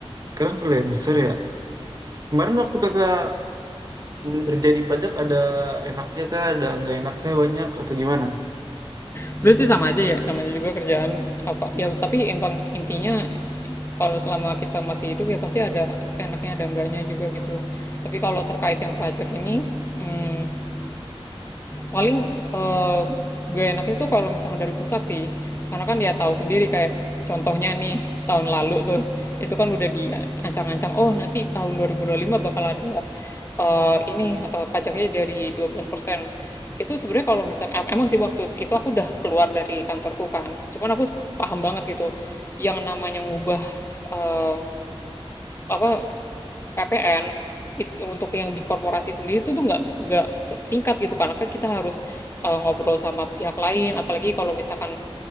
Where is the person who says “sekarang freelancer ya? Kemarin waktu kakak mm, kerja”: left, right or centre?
Right